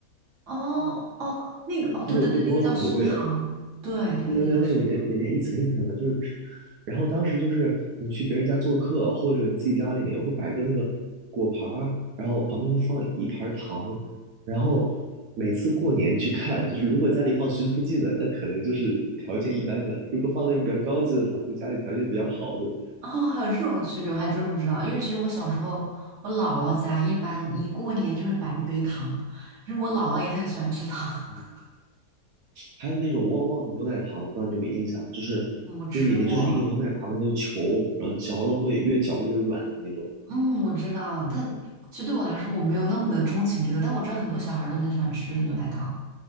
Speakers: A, on the right; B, on the right.
A: 哦哦，那个哦，对对对，
B: 它会有不同的口味的。
A: 那个叫酥糖，对对，
B: 对对对，
A: 那个叫酥。
B: 那个里面里面一层一层的，
A: 糖。
B: 就是，然后当时就是你去别人家做客，或者你自己家里面会摆个那个果盘儿，然后旁边会放一盘儿糖，然后每次过年去看，就是如果家里放徐福记的，那可能就是条件一般的；如果放那种比较高级的糖，就家里条件比较好的。
A: 哦，还有这种区别，我还真不知道。因为其实我小时候，我姥姥家一般一过年就会摆一堆糖，其实我姥姥也很喜欢吃糖，
B: 嗯
A: <laughs>
B: 还有那种旺旺的牛奶糖，我不知道你有没有印象，就是就是里面就是一个牛奶糖的那个球，
A: 我吃过，
B: 然后嚼了会越嚼越软的那种。
A: 嗯，我知道，但其实对我来说，我没有那么的钟情这个，但我知道很多小孩儿都很喜欢吃这个牛奶糖。